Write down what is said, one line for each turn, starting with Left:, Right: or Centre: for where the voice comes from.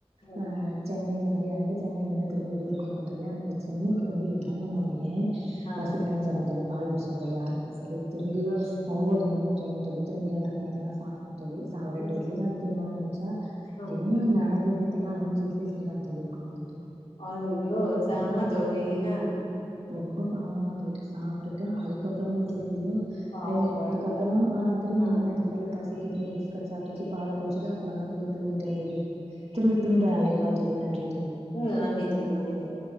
Left: ம்
Right: ஆ சென்னை வந்து எறங்கி சென்னைலிர்ந்து திரும்பி ஊருக் வந்தோ தோழி அன்னைக்கி சென்னைக் வந்து எறங்குனோனயே
Left: ஆ
Right: பசிக்குதுன் சொன்னா தோழி பால் குடிச்சா தோழி ஆற்ர மணிக்கு
Left: சரிங்க
Right: திரும்பி
Left: ஆ ம்
Right: ஒம்போது மணி ட்ரெய்ன் தோழி திரும்பி ஏழ்ர மணக்குல்லா சாப்ட்டா தோழி ச அவ ரெண்டு
Left: ம் ஸ்-
Right: இட்லி தா தின்னுவான் நெனச்ச
Left: ஆ.
Right: என்ன நடந்ததுனே தெர்ல அஞ்சு இட்லி திங்கறா தோழி உக்காந்துகிட்டு
Left: அய்யோ செம தோழி அ
Right: ரொம்ப பாவமா போய்ட்டு சாப் ட்டுட்டா அதுக்கப்பறம் திரும்பியும்
Left: பாவோ
Right: ட்ரெய்ன்ல ஏர்னத்துக்கப்பறோ
Left: கொழந்த
Right: அ திரும்பியு
Left: ஆ
Right: என்ன நென்ச்துன் தெர்ல பசிக்கிதுன்னு பிஸ்கட் சாப்ட்டுச்சு பால குட் ச்சுது அப்றோ தா தோழி தூங்கிட்ருந்தது திரும்பி பின்பு அழைப்போம் தோழி நன்றி தோழி
Left: மிகவு நன்றி தோழி நன்றி தோழி